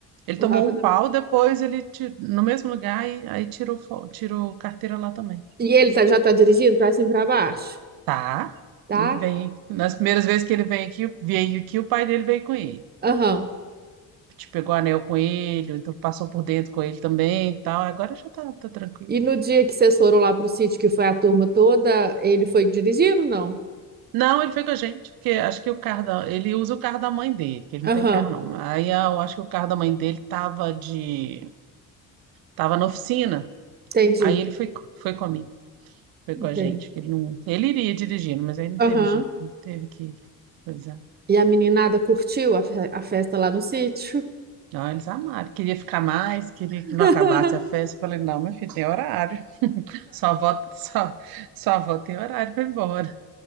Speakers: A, on the right; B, on the right.
A: Ele
B: O
A: tomou
B: Rafa
A: um
B: também.
A: pau, depois ele, ti- no mesmo lugar, e, aí tirou, fo- tirou carteira lá também.
B: E ele tá- já tá dirigindo para cima e para baixo,
A: Tá?
B: tá?
A: Ele vem, nas primeiras vezes que ele vem aqui, veio aqui, o pai dele veio com ele.
B: Aham.
A: Te pegou anel com ele, então passou por dentro com ele também e tal. Agora já tá, tá tranquilo.
B: E no dia que vocês foram lá pro sítio, que foi a turma toda, ele foi dirigindo, não?
A: Não, ele foi com a gente, porque acho que o carro da, ele usa o carro da mãe dele, que ele não
B: Aham,
A: tem carro não. Aí ah, eu acho que o carro da mãe dele tava de, tava na oficina.
B: entendi.
A: Aí ele foi, foi comigo, foi com a gente,
B: É.
A: que ele não, ele iria dirigindo, mas aí não teve
B: Aham.
A: jeito, não teve que, pois é.
B: E a meninada curtiu a, fe- a festa lá no sítio?
A: Não, eles amaram, queria ficar mais, queria
B: <laughs>
A: que não acabasse a festa. Eu falei, não, meu filho, tem horário. Sua avó, sua, sua avó tem horário para ir embora.